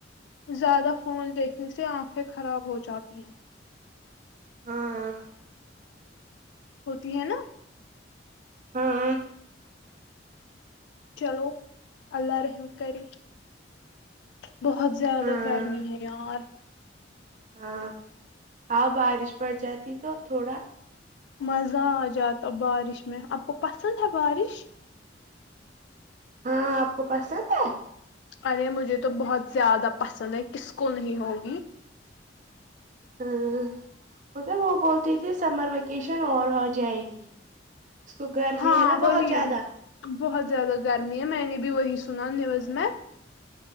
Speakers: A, on the left (about 65°); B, on the right (about 40°).
A: زیادہ فون دیکھنے سے آنکھیں خراب ہو جاتی ہے
B: ہاں
A: ہوتی ہے نا
B: ہاں
A: چلو اللہ رحم کرے بہت زیادہ
B: ہاں
A: گرمی ہے یار
B: ہاں ہاں بارش پڑ جاتی تو تھوڑا
A: مزہ آ جاتا بارش میں آپ کو پسند ہے بارش
B: ہاں آپ کو پسند ہے
A: ارے مجھے تو بہت زیادہ پسند ہے کس کو نہیں ہوگی
B: ہاں مگر وہ بولتی تھی سمر ویکیشن اور ہو جائے گی اس کو گرمی
A: ہاں
B: ہے نا
A: وہی
B: بہت زیادہ
A: بہت زیادہ گرمی ہے میں نے بھی وہی سنا نیوز میں